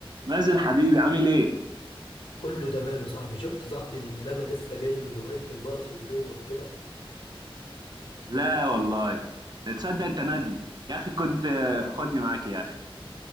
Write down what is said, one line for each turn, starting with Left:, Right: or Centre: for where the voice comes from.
Right: مازن حبيبي عامل ايه؟
Left: كله تمام يا صاحبي شفت يا صاحبي اللي انا لسه جاي من هواية الماراثون زي ما قلت لك
Right: لا والله تصدق انت ندل يا اخي كنت خدني معاك يا اخي